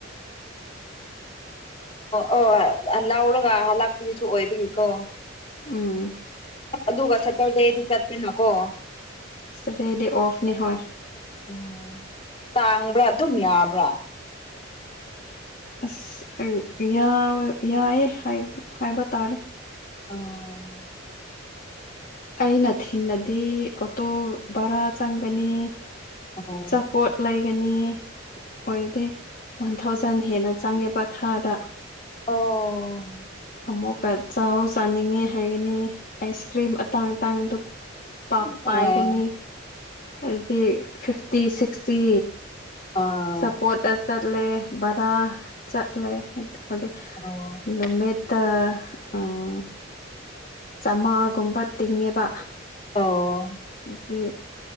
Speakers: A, on the left; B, on the left.
A: ꯑꯣ ꯑꯣ ꯂꯥꯎꯔꯒ ꯍꯂꯛꯄꯒꯤꯁꯨ ꯑꯣꯏꯕꯒꯤꯀꯣ꯫
B: ꯎꯝ
A: ꯑꯗꯨꯒ ꯁꯇꯔꯗꯦꯗꯤ ꯆꯠꯇꯦꯅꯀꯣ꯫
B: ꯁꯗꯔꯗꯦꯗꯤ ꯑꯣꯐꯅꯤ ꯍꯣꯏ꯫
A: ꯎꯝ ꯇꯥꯡꯕ꯭ꯔꯥ ꯑꯗꯨꯝ ꯌꯥꯕ꯭ꯔꯥ꯫
B: ꯑꯁ ꯌꯥꯎ ꯌꯥꯏꯌꯦ ꯍꯥꯏ ꯍꯥꯏꯕ ꯇꯥꯔꯦ꯫
A: ꯑꯣ
B: ꯑꯩꯅ ꯊꯤꯡꯅꯗꯤ ꯑꯣꯇꯣ ꯕꯔꯥ ꯆꯪꯒꯅꯤ꯫
A: ꯑꯣ
B: ꯑꯆꯥꯄꯣꯠ ꯂꯩꯒꯅꯤ꯫ ꯑꯣꯏꯔꯗꯤ ꯋꯥꯟ ꯊꯥꯎꯖꯟ ꯍꯦꯟꯅ ꯆꯪꯉꯦꯕ ꯊꯥꯗ꯫
A: ꯑꯣ
B: ꯑꯃꯨꯛꯀ ꯆꯥꯎ ꯆꯥꯅꯤꯡꯉꯦ ꯍꯥꯏꯒꯅꯤ ꯑꯥꯏꯁꯀ꯭ꯔꯤꯝ ꯑꯇꯥꯡ ꯑꯇꯥꯡꯕꯗꯨ ꯥꯄꯥꯛ ꯄꯥꯏꯒꯅꯤ
A: ꯑꯣ
B: ꯑꯗꯨꯗꯤ ꯐꯤꯐꯇꯤ ꯁꯤꯛꯁꯇꯤ
A: ꯑꯥ
B: ꯆꯥꯄꯣꯠꯇ ꯆꯠꯂꯦ ꯕꯔꯥ ꯆꯠꯂꯦ ꯑꯗꯨꯗꯤ
A: ꯑꯣ
B: ꯅꯨꯃꯤꯠ ꯇ ꯑꯥ ꯆꯥꯝꯃꯉꯥꯒꯨꯝꯕ ꯇꯤꯡꯉꯦꯕ꯫
A: ꯑꯣ
B: ꯑꯗꯤ